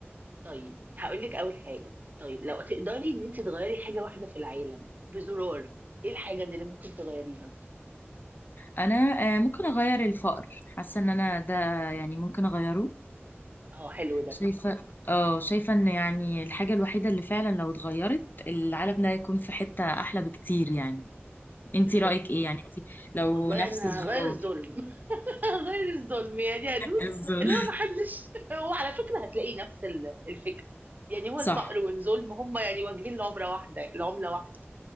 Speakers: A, on the right; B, on the left.
A: طيب هقولك أول حاجة طيب لو تقدري ان انتي تغيري حاجة واحدة في العالم بزرار ايه الحاجة دي اللي ممكن تغيريها؟
B: انا آه ممكن اغير الفقر حاسه ان انا ده يعني ممكن اغيره
A: اه حلو ده
B: شايفه اه شايفه ان يعني الحاجه الوحيده اللي فعلا لو اتغيرت العالم ده هيكون في حته احلى بكتير يعني انت
A: بالظبط
B: رايك ايه يعني انت لو
A: والله
B: نفس
A: انا
B: الزرار
A: هغير الظلم <laughs> غير الظلم يعني هدوس
B: <laughs> بالظبط.
A: اللي هو ما حدش وعلى <laughs> فكرة هتلاقي نفس ال- الفكرة يعني هو
B: صح
A: الفقر والظلم هم يعني واجهين العمرة واحدة العملة واحدة